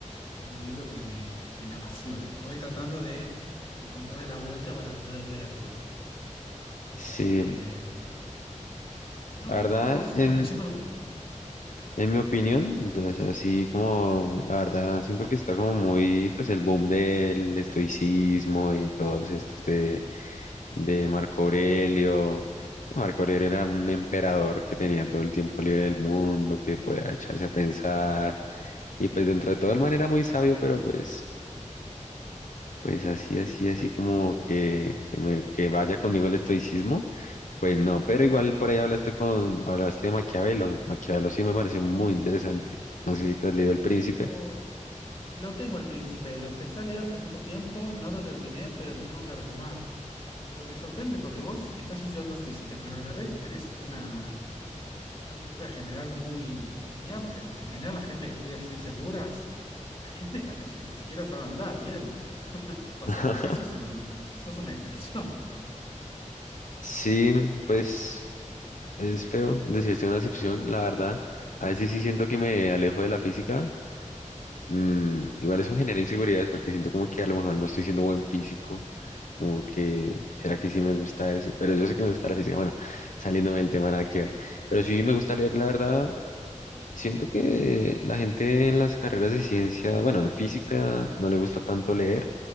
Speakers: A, on the left; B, on the left.
A: con un libro que me, que me apasiona. Estoy tratando de encontrarle la vuelta para poder leerlo. Así
B: Sí,
A: que, no,
B: la
A: eso.
B: verdad,
A: ¿Y vos
B: en,
A: estás leyendo algo?
B: En mi opinión, entonces así como la verdad siento que está como muy pues el boom del estoicismo y todos estos de, de Marco Aurelio. Marco Aurelio era un emperador que tenía todo el tiempo libre del mundo, que podía echarse a pensar y pues dentro de todo el man era muy sabio, pero pues pues así así así como que que, me- que vaya conmigo el estoicismo. Pues no, pero igual por ahí hablaste con, hablaste de Maquiavelo. Maquiavelo sí me pareció muy interesante. No sé si te has leído El Príncipe.
A: Lo tengo, lo tengo al príncipe, lo empecé a leer hace mucho tiempo, no lo terminé, pero lo tengo que retomar. Pero me sorprende porque vos estás estudiando física, pero a la vez tenés una, una cultura general muy, muy amplia, porque en general la gente que estudia ciencias duras, <laughs> la gente que a veces ni siquiera sabe hablar bien. <laughs> O
B: <laughs>
A: sea, tu caso es un, sos una excepción.
B: Sí, pues es feo decirse una excepción, la verdad. A veces sí siento que me alejo de la física. Mm, igual eso genera inseguridades porque siento como que a lo mejor no estoy siendo buen físico. Como que, ¿será que sí me gusta eso? Pero yo sé que me gusta la física. Bueno, saliéndome del tema nada que ver. Pero sí me gusta leer, la verdad. Siento que la gente en las carreras de ciencia, bueno, en física no le gusta tanto leer.